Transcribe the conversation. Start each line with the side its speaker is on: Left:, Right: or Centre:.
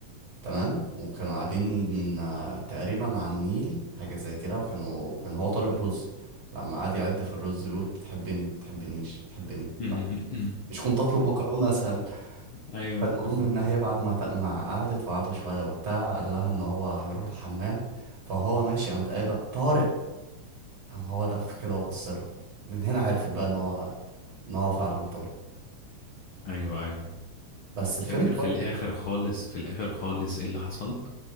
Right: تمام وكانوا قاعدين آه، تقريبا على النيل حاجة زي كده وكانوا كان هو طالب رز لما قعد يعد في الرز يقول بتحبني بتحبنيش بتحبني
Left: <laughs>
Right: بقى مش كنت اطلب <laughs> مكرونة اسهل
Left: ايوه
Right: فالمهم ان هي بعد ما ت- ما قعدت وقعدوا شوية وبتاع قال لها ان هو هيروح الحمام فهو ماشي قامت قايلة طارق قام هو لف كده وبص لها من هنا عرفت
Left: مم.
Right: بقى ان هو ان هو فعلا طارق
Left: ايوه ايوه
Right: بس الفيلم
Left: فاكر في
Right: برضه
Left: الاخر خالص في الاخر خالص ايه اللي حصل